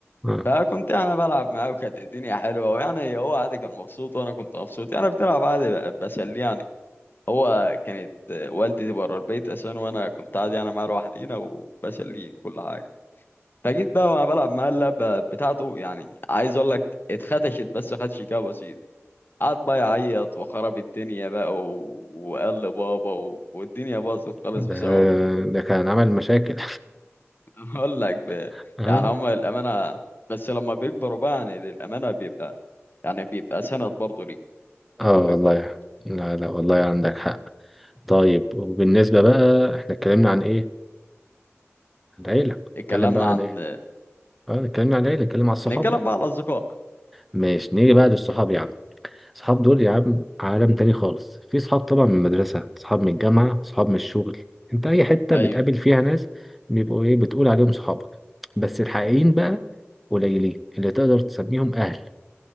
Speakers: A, in the centre; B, on the left.
A: اه
B: فكنت انا بلعب معاه وكانت الدنيا حلوه ويعني هو عادي كان مبسوط وانا كنت مبسوط يعني بنلعب عادي ب- بسلي يعني هو كانت والدتي بره البيت اساسا وانا كنت عادي يعني معاه لوحدينا وبسليه كل حاجه فجيت بقى وانا بلعب معاه اللعبه بتاعته يعني عايز اقول لك اتخدشت بس خدش كده بسيط قعد بقى يعيط وخرب الدنيا بقى و... وقال لبابا و... والدنيا باظت خالص
A: ده
B: بسببه
A: ده كان عمل مشاكل
B: بقول لك ب...
A: <laughs> اه
B: يعني هم للأمانة بس لما بيكبروا بقى يعني للأمانة بيبقى يعني بيبقى سند برضه ليه
A: اه
B: لما بيكبروا
A: والله
B: برضه
A: لا لا والله عندك حق طيب وبالنسبة بقى احنا اتكلمنا عن ايه؟ العيلة
B: اتكلمنا
A: اتكلم بقى
B: عن
A: عن ايه؟ اه اتكلمنا عن العيلة اتكلم عن الصحاب
B: نتكلم
A: بقى
B: بقى على الأصدقاء
A: ماشي نيجي بقى للصحاب يا عم صحاب دول يا عم عالم تاني خالص في صحاب طبعا من المدرسة صحاب من الجامعة صحاب من الشغل انت اي حتة
B: أيوه
A: بتقابل فيها ناس بيبقوا ايه بتقول عليهم صحابك بس الحقيقيين بقى قليلين اللي تقدر تسميهم اهل